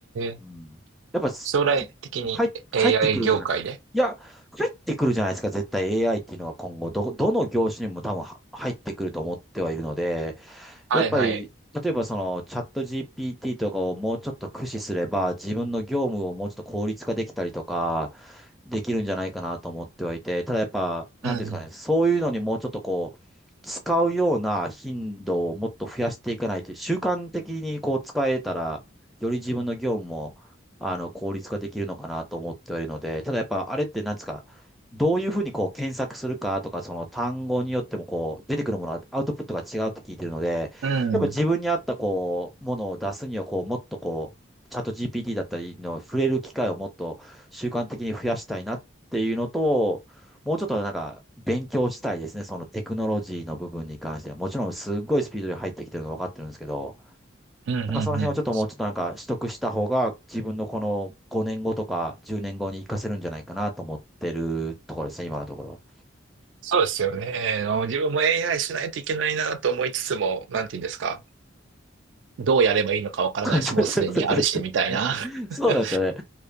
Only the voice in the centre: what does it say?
うん。
やっぱす、
入、入ってくるじゃない。
いや、入ってくるじゃないですか、絶対 AI っていうのは今後、ど、どの業種にも多分は入ってくると思ってはいるので、
やっぱり、例えばそのチャット GPT とかをもうちょっと駆使すれば、自分の業務をもうちょっと効率化できたりとか、できるんじゃないかなと思ってはいて、ただやっぱ、なんていうんですかね、
そういうのにもうちょっとこう、使うような頻度をもっと増やしていかないと、習慣的にこう使えたら、より自分の業務も、あの、効率化できるのかなと思ってはいるので、ただやっぱあれってなんですか、どういうふうにこう検索するかとか、その単語によってもこう出てくるものはアウトプットが違うって聞いてるので、
やっぱ自分に合ったこう、ものを出すにはこう、もっとこう、チャット GPT だったりの触れる機会をもっと習慣的に増やしたいなっていうのと、もうちょっとなんか勉強したいですね。そのテクノロジーの部分に関しては。もちろんすっごいスピードで入ってきてるのは分かってるんですけど、
なんかその辺をちょっともうちょっとなんか取得した方が自分のこの5年後とか10年後に活かせるんじゃないかなと思ってるところですね、
今のところは。
<laughs>
そうそう
そうなんですよね。